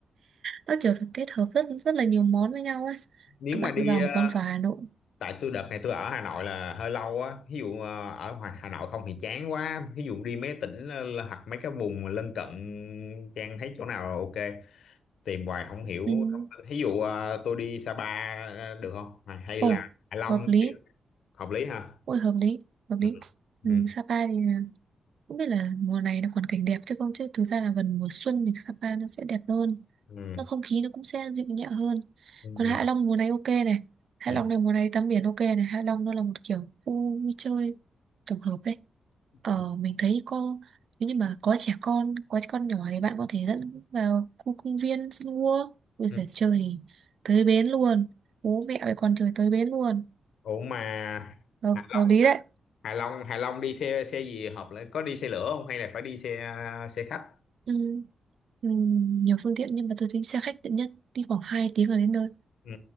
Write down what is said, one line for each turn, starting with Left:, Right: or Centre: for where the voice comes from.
Right: nó kiểu được kết hợp rất rất là nhiều món với nhau ấy
Left: nếu
Right: các
Left: mà
Right: bạn
Left: đi
Right: cứ vào
Left: ờ,
Right: một quán phở Hà Nội
Left: tại tôi đợt này tôi ở Hà Nội là hơi lâu á ví dụ ờ, ở ngoài Hà Nội không thì chán quá ví dụ đi mấy tỉnh là- là- hoặc mấy cái vùng lân cận Trang thấy chỗ nào ok tìm hoài không hiểu
Right: ừ.
Left: ví dụ ờ, tôi đi Sapa ờ, được không hay hay
Right: ồ
Left: là Hạ Long
Right: hợp lý
Left: thì hợp lý ha
Right: ôi hợp lý hợp
Left: ừ
Right: lý
Left: ừ
Right: ừ. Sapa thì là- cũng biết là mùa này nó còn cảnh đẹp chứ không chứ thực ra là gần mùa xuân thì Sapa nó sẽ đẹp hơn
Left: ừ
Right: nó không khí nó cũng sẽ dịu nhẹ hơn
Left: ừ
Right: còn Hạ Long mùa này ok này Hạ
Left: ừ
Right: Long này mùa này tắm biển ok này Hạ Long nó là một kiểu khu vui chơi tổng hợp ấy Ờ,
Left: ừ,
Right: mình thấy cô nếu như mà có trẻ con có trẻ con nhỏ thì bạn có thể dẫn vào khu công viên sân gua bây
Left: ừ.
Right: giờ chơi thì tới bến luôn bố mẹ với con chơi tới bến luôn
Left: ủa mà
Right: hợp,
Left: Hạ Long
Right: hợp lý đấy
Left: Hạ Long Hạ Long đi xe xe gì hợp lên có đi xe lửa không hay là phải đi xe xe khách
Right: ừ, ừ, nhiều phương tiện nhưng mà tôi thấy xe khách tiện nhất đi khoảng 2 tiếng là đến nơi
Left: ừ